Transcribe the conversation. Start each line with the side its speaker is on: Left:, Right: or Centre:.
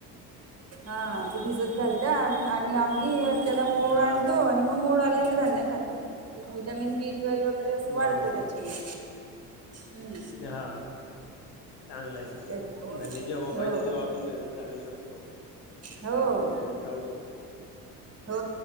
Right: हा ते भिजत घालतेया आणि आम्ही त्याला मोड
Left: हा
Right: आणतो आणि मग मोड आलेले धान्य खातो विटामिन बी ट्वेल्व वगैरे असं वाढत
Left: बरोबर
Right: त्याच्याने हं.
Left: हा, चांगलं आहे.
Right: तेच.
Left: म्हणजे जेव्हा पाहिजे
Right: हो
Left: तेव्हा आपण भिजत घालू शकतो.
Right: हो
Left: आणि खाऊ शकतो.
Right: हो